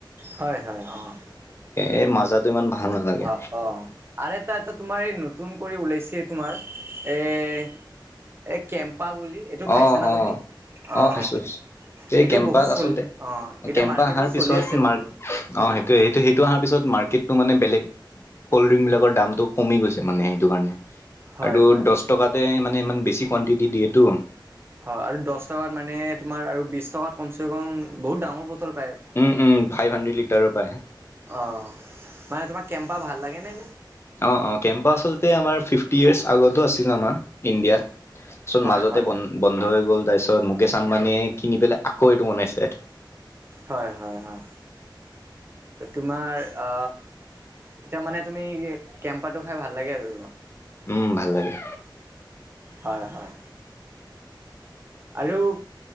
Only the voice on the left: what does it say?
এই মাজাটো ইমান ভাল নালাগে
অ',
অ',
খাইছো খাইছো এই
কেম্পাত
আচলতে
কেম্পা
অহাৰ পিছত
মাৰ্ক
অ, সেইটোয়, সেইটো, সেইটো অহাৰ পিছত মাৰ্কেতটো মানে বেলেগ কল্ড ড্ৰিংক বিলাকৰ দামটো কমি গৈছে মানে সেইটোকাৰণে।
আৰু
দছ
টকাতে মানে ইমান বেছি কোহোৱাণ্টিটি দিয়েতো।
উম উম ফাইভ হাণ্ড্ৰেড লিটাৰৰ পায়
অ', অ', কেম্পা আচলতে আমাৰ ফিফটি ইয়াৰ্ছ আগতো আছিল আমাৰ। ইণ্ডিয়া চোন
মাজতে
বন
বন্ধ হৈ গ'ল। তাৰপিছত মুকেশ আম্বানীয়ে কিনি পেলাই আকৌ এইটো বনাইছে।
উম, ভাল লাগে।